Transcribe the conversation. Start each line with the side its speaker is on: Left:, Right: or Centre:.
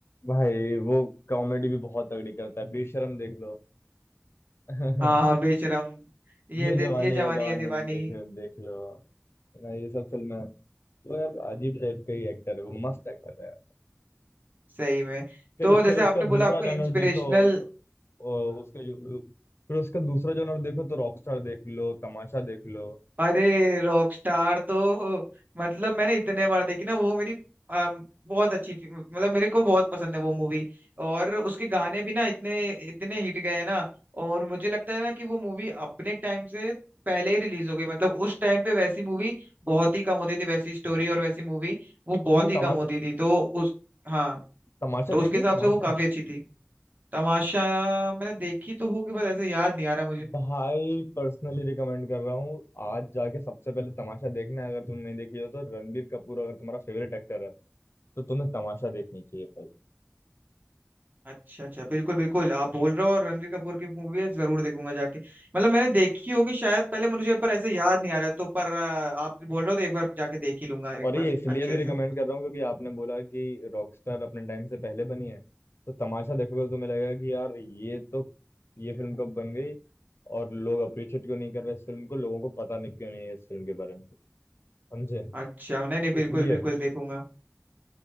Left: भाई वो कॉमेडी भी बहुत तगड़ी करता है बेशरम देख लो <laughs>
Right: हाँ हाँ बेशरम ये
Left: ये
Right: दे-
Left: जवानी
Right: ये जवानी
Left: है दवानी
Right: है दीवानी
Left: देख देख लो ना ये सब फिल्में वो यार अजीब टाइप का ही एक्टर है वो मस्त एक्टर है
Right: सही में
Left: फिर
Right: तो जैसे
Left: फिर उसका
Right: आपने
Left: दूसरा
Right: बोला आपको
Left: जॉनर
Right: इंस्पिरेशनल
Left: देखो ओ, उसका जो फिर उसका दूसरा जॉनर देखो तो रॉकस्टार देख लो तमाशा देख लो
Right: अरे रॉकस्टार तो मतलब मैंने इतने बार देखी ना वो मेरी अम, बहुत अच्छी फि- मतलब मेरे को बहुत पसंद है वो मूवी और उसके गाने भी ना इतने इतने हिट गए हैं ना और मुझे लगता है ना कि वो मूवी अपने टाइम से पहले ही रिलीज हो गई मतलब उस टाइम पे वैसी मूवी बहुत ही कम होती थी वैसी स्टोरी और वैसी मूवी वो बहुत
Left: तुमने
Right: ही कम
Left: तमाशा
Right: होती थी तो उस हाँ
Left: तमाशा
Right: तो उसके
Left: देखी है
Right: हिसाब
Left: तमाशा
Right: से वो काफी अच्छी थी तमाशा मैंने देखी तो होगी बस ऐसे याद नहीं आ रहा
Left: भाई पर्सनली रिकमेंड कर रहा हूँ आज जाके सबसे पहले तमाशा देखना है अगर तुमने नहीं देखी हो तो रणबीर कपूर अगर तुम्हारा फेवरेट एक्टर है तो तुम्हें तमाशा देखनी चाहिए
Right: अच्छा अच्छा बिल्कुल बिल्कुल आप बोल रहे हो और रणवीर कपूर की मूवी है जरूर देखूंगा जाके मतलब मैंने देखी होगी शायद पहले मुझे पर ऐसे याद नहीं आ रहा है तो पर आ, आप बोल रहे हो तो एक बार जाके देख ही लूंगा एक
Left: और
Right: बार
Left: ये इसलिए
Right: अच्छे
Left: भी रिकमेंड
Right: से
Left: कर रहा हूँ क्योंकि आपने बोला कि रॉकस्टार अपने टाइम से पहले बनी है तो तमाशा देखोगे तो तुम्हें लगेगा कि यार ये तो ये फिल्म कब बन गई और लोग अप्रिशिएट क्यों नहीं कर रहे इस फिल्म को लोगों को पता नहीं क्यों नहीं है इस फिल्म के बारे में समझे
Right: अच्छा नहीं नहीं बिल्कुल
Left: इसलिए
Right: बिल्कुल देखूंगा